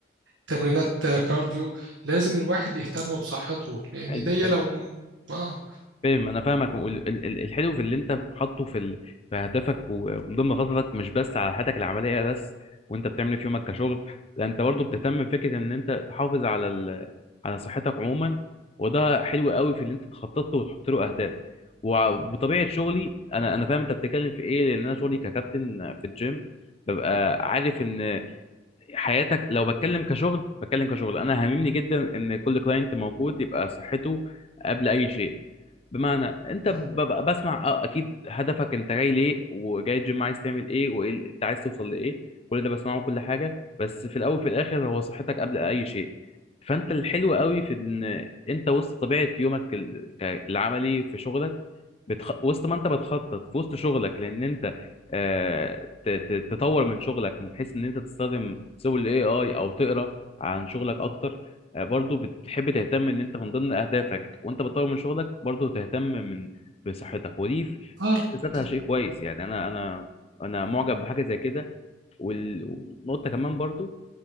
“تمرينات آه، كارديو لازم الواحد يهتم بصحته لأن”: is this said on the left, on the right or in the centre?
Right